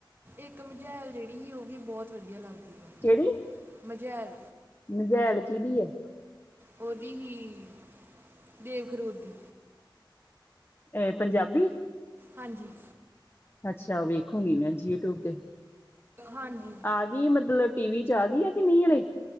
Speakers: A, on the right (about 25°); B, on the left (about 25°).
A: ਇੱਕ ਮਝੈਲ ਜਿਹੜੀ ਸੀ ਉਹ ਵੀ ਬਹੁਤ ਵਧੀਆ ਲੱਗਦੀ ਐ।
B: ਕਿਹੜੀ?
A: ਮਝੈਲ।
B: ਮਝੈਲ ਕੀਦੀ ਐ?
A: ਉਹਦੀ ਹੀ, ਦੇਵਖਰੂਰ ਦੀ।
B: ਐ ਪੰਜਾਬੀ?
A: ਹਾਂਜੀ।
B: ਅੱਛਾ ਵੇਖੂਗੀ ਮੈਂ ਜੀਟਿਊਬ ਤੇ।
A: ਹਾਂਜੀ।
B: ਆ ਗਈ ਮਤਲਬ ਟੀ ਵੀ ਚ ਆ ਗਈ ਆ ਕਿ ਨਹੀਂ ਹਲੇ